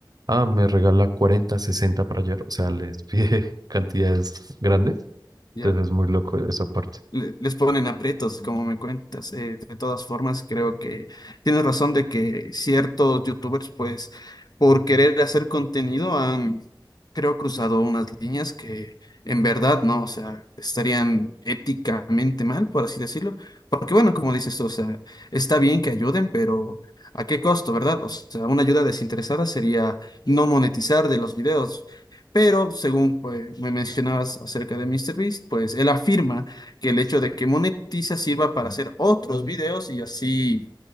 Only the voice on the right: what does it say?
Ah, me regala 40, 60 para ayer. O sea, les pide <laughs> cantidades grandes.
Entonces es muy loco esa parte.